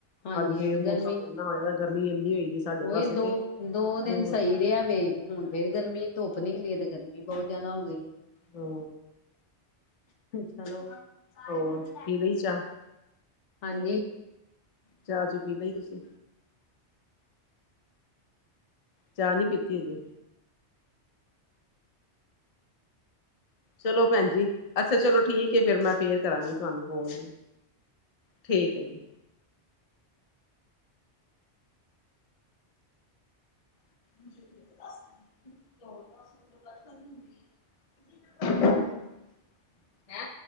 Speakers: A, on the left (about 80°); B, on the left (about 35°).
A: ਹਾਂਜੀ
B: ਅੱਜ ਫੇਰ
A: ਹਾਂਜੀ ਗਰਮੀ
B: ਮੌਸਮ ਐਨਾ ਹੋਏਆ ਗਰਮੀ ਏਨੀ ਹੋਈ ਦੀ ਸਾਡੇ
A: ਉਹੀ
B: ਪਾਸੇ
A: ਦੋ
B: ਤੇ
A: ਦੋ ਦਿਨ
B: ਬੋਤ
A: ਸਹੀ
B: ਜਾਦਾ।
A: ਰਿਹਾ ਵੇ ਹੁਣ ਫੇਰ ਗਰਮੀ ਧੁੱਪ ਨੇਲੀਏ ਤੇ ਗਰਮੀ ਬੌ ਜਾਦਾ ਹੋ ਗਈ ਏ।
B: ਹੂੰ।
A: ਚਲੋ,
B: ਹੋਰ
A: <unintelligible>
B: ਪੀ ਲਈ ਚਾਹ
A: ਹਾਂਜੀ।
B: ਚਾਅ-ਚੂ ਪੀ ਲਈ ਤੁਸੀਂ? ਚਾਅ ਨੀ ਪੀਤੀ ਅਜੇ। ਚਲੋ ਭੈਣ ਜੀ, ਅੱਛਾ ਚਲੋ ਠੀਕ ਏ ਫੇਰ ਮੈਂ ਫੇਰ ਕਰਾਂਗੀ ਤੁਆਨੂੰ ਫੂਨ। ਠੀਕ ਏ ਜੀ। <unintelligible> <inaudible> ਹੈਂ,